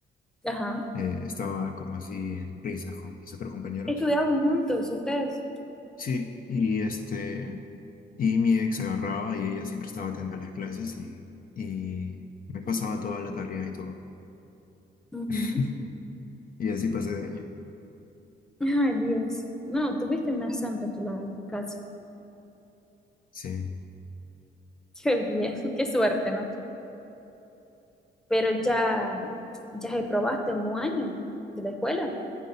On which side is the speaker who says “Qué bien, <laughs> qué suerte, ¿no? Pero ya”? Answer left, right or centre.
Centre